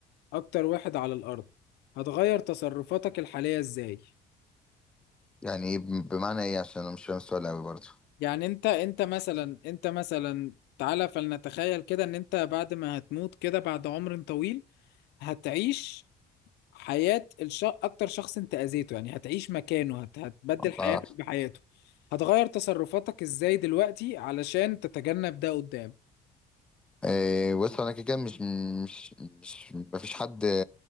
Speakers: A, on the left; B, in the centre.
A: اكتر واحد على الارض هتغير تصرفاتك الحالية ازاي
B: يعني إيه بم- بمعنى ايه عشان انا مش فاهم السؤال قوي برضو
A: يعني انت انت مثلا انت مثلا تعالى فلنتخيل كده ان انت بعد ما هتموت كده بعد عمر طويل هتعيش حياة الش... اكتر شخص انت اذيته يعني هتعيش مكانه هت... هتبدل
B: الله
A: حياتك بحياته هتغير تصرفاتك ازاي دلوقتي علشان تتجنب ده قدام
B: إيه بص انا كده كده مش مش مش مفيش حد